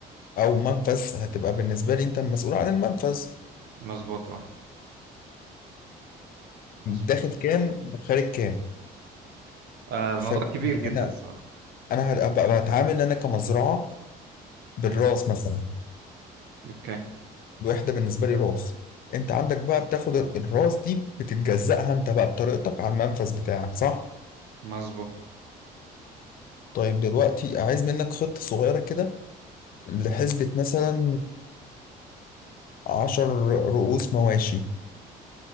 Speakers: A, on the left; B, on the right.
A: او منفذ هتبقى بالنسبة لي انت المسؤول عن المنفذ
B: مظبوط اه مظبوط
A: داخل كام وخارج كام
B: آه، الموضوع
A: فانا
B: كبير جدا الصراحة
A: انا هبقى بتعامل انا كمزرعة بالراس
B: مم.
A: مثلا
B: أوكي
A: الوحدة بالنسبة لي راس انت عندك بقى بتاخد الراس دي بتتجزأها انت بقى بطريقتك على المنفذ بتاعك صح؟
B: مظبوط
A: طيب دلوقتي عايز منك خطة صغيرة كده لحسبة مثلا عشر رؤوس مواشي